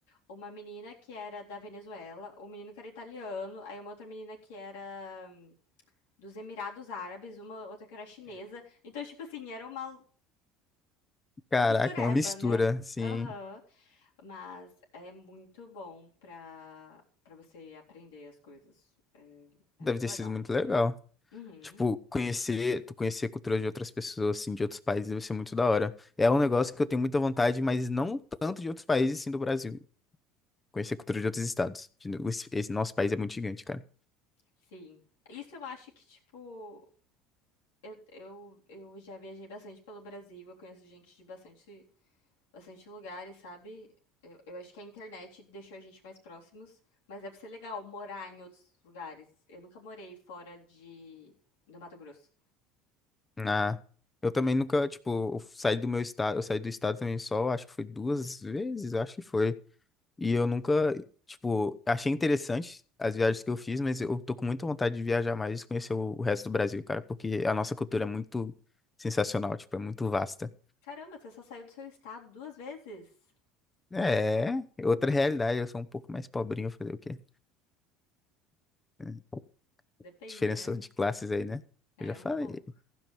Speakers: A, on the left; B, on the left.
A: uma menina que era da Venezuela, um menino que era italiano, aí uma outra menina que era dos Emirados Árabes, uma outra que era chinesa. Então, tipo assim, era uma
B: Caraca,
A: mistureba,
B: uma mistura,
A: né?
B: sim.
A: Aham. Mas é muito bom pra, pra você aprender as coisas. É, é
B: Deve
A: muito
B: ter
A: legal.
B: sido muito legal.
A: Uhum,
B: Tipo, conhecer, tu conhecer a cultura de outras pessoas, assim, de outros países, deve ser muito da hora. É um negócio que eu tenho muita vontade, mas não tanto de outros países, sim, do Brasil. Conhecer a cultura de outros estados. De no- Esse esse nosso país é muito gigante, cara.
A: sim. Isso eu acho que, tipo, eu, eu, eu já viajei bastante pelo Brasil, eu conheço gente de bastante bastante lugares, sabe? Eu, eu acho que a internet deixou a gente mais próximos, mas deve ser legal morar em outros lugares. Eu nunca morei fora de do Mato Grosso.
B: Ah, eu também nunca, tipo, eu saí do meu estado, eu saí do estado também só, acho que foi duas vezes, acho que foi. E eu nunca, tipo, achei interessante as viagens que eu fiz, mas eu tô com muita vontade de viajar mais e conhecer o o resto do Brasil, cara, porque a nossa cultura é muito sensacional, tipo, é muito vasta.
A: Caramba, você só saiu do seu estado duas vezes?
B: É, é outra realidade, eu sou um pouco mais pobrinho, fazer o quê? É,
A: Depende,
B: Diferença
A: né?
B: de classes aí, né?
A: É,
B: Eu já falei.
A: um pouco.